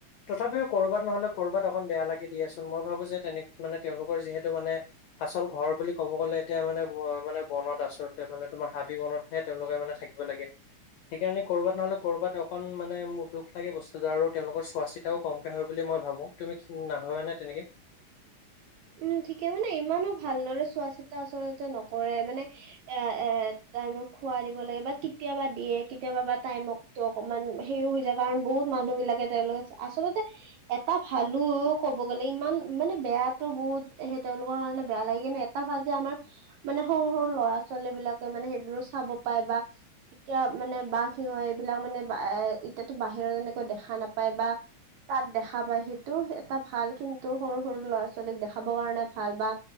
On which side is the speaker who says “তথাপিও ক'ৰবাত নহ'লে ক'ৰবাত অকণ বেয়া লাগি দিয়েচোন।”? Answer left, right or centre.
Left